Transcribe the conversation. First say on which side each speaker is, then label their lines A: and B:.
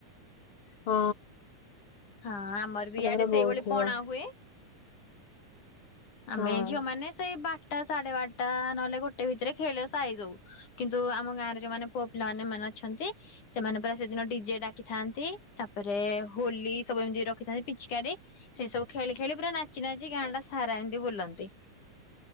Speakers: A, on the left (about 45°); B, on the left (about 75°).
A: ହଁ।
B: ହଁ ଆମ ଆମର ବି
A: ପୁରା
B: ଇଆଡେ
A: ପୁରା
B: ସେଇଭଳି
A: ବୋହୁଥିବ
B: ପଣା ହୁଏ। ଆମେ
A: ହଁ।
B: ଝିଅ ମାନେ ସେଇ ବା ଟା ସାଢେ ବାରଟା ନହଲେ ଗୋଟେ ଭିତରେ ଖେଳ ସାରିଦଉ କିନ୍ତୁ ଆମ ଗାଁରେ ଯୋଉ ମାନେ ପୁଅ ପିଲା ମାନେ ମାନେ ଅଛନ୍ତି ସେମାନେ ପୁରା ସେଦିନ ଡିଜେ ଡାକିଥାନ୍ତି ତାପରେ ହୋଲି ସବୁ ଏମିତି ର ଥାନ୍ତି ପିଚକାରୀ, ସେ ସବୁ ଖେଳି ଖେଳି ପୁରା ନାଚି ନାଚି ସାରା ଏମିତି ବୁଲନ୍ତି,